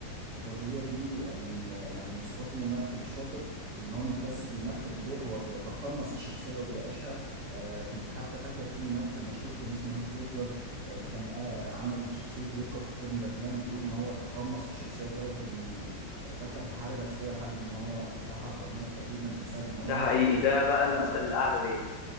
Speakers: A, on the right; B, on the left.
A: وهي دي من يعني من صفات الممثل الشاطر ان هو مش بس بيمثل الدور هو بيتقمص الشخصيه وبيعيشها آه كنت حتى فاكر في ممثل مشهور كان اسمه هيث ليدجر آه اللي كان آه عمل شخصيه جوكر في فيلم باتمان بيقولوا ان هو تقمص الشخصيه لدرجه ان آه، دخل في حاله نفسيه لحد ان هو انتحر او مات تقريبا بسبب ان هو
B: ده حقيقي ده بقى المثل
A: اه
B: الأعلى ليا